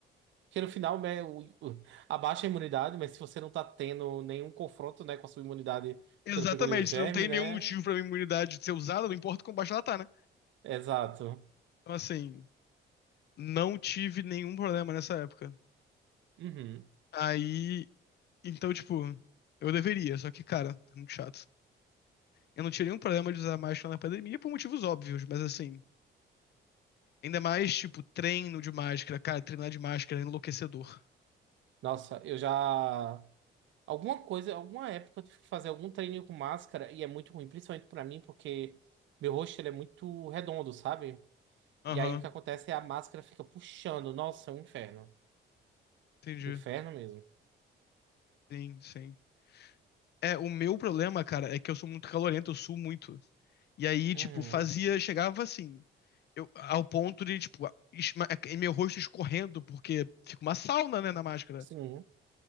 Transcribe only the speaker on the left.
Exatamente,
se não tem
nenhum motivo pra minha imunidade ser usada, não importa quão baixa ela tá, né?
Então, assim, Não tive nenhum problema nessa época.
Aí, então, tipo, eu deveria, só que, cara, é muito chato. Eu não tinha nenhum problema de usar máscara na pandemia por motivos óbvios, mas assim, ainda mais, tipo, treino de máscara, cara, treinar de máscara é enlouquecedor.
Aham,
entendi.
Sim, sim. É, o meu problema, cara, é que eu sou muito calorento, eu suo muito. E aí,
tipo, fazia, chegava assim, eu, ao ponto de, tipo, esma- e meu rosto escorrendo, porque fica uma sauna, né, na máscara.